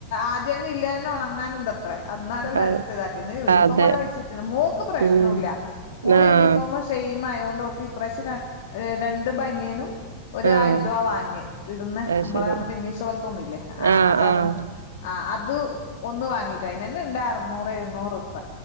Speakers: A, on the left; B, on the right.
A: ആതിന്നെ ഇല്ല തന്നെ ഉണങ്ങാനുംണ്ട്- അത്ര എന്നാലല്ലാം
B: അഹ്
A: അടുത്ത ഇതാക്കി ഇ യൂണിഫോം
B: അതെ
A: അവിടെ വെച്ചിട്ടണ്ട് മോക്ക് പ്രശ്നുല്ല
B: ഉം
A: മോള്
B: ആഹ്
A: യൂണിഫോമ സെയിം ആയതോണ്ട് ഓക്ക് ഇപ്രാവശ്യ രണ്ട് ബനിയനും ഒ
B: ആഹ്
A: ആയുധമാ വാങ്ങിയ ഇടന്ന്
B: അത്
A: നമ്മളെ
B: ശരി
A: നമ്മ <unintelligible> പോലത്തൊന്നില്ലേ ആ
B: ആഹ്
A: ആ സാധനം.
B: ആഹ്
A: ആ അത് ഒന്ന് വാങ്ങിറ്റെ അയിന് നനെ ഇണ്ട് അറനൂറ് എഴുന്നൂറ് ഉപ്പ